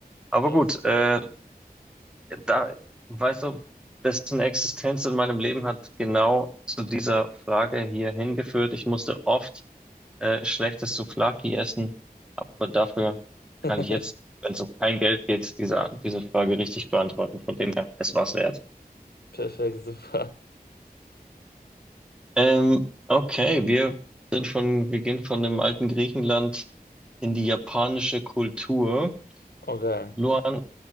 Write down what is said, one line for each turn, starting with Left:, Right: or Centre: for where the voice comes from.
Centre: Aber
Left: Echt?
Centre: gut, äh, da, weißt du, dessen Existenz in meinem Leben hat genau zu dieser Frage hier hingeführt. Ich musste oft äh, schlechtes Souvlaki essen, aber dafür
Left: <laughs>
Centre: kann ich jetzt, wenn es um kein Geld geht, diese, diese Frage richtig beantworten. Von dem her, es war's wert.
Left: Perfekt, super.
Centre: Ähm, okay, wir sind schon, wir gehen von dem alten Griechenland in die japanische Kultur.
Left: Okay.
Centre: Luan,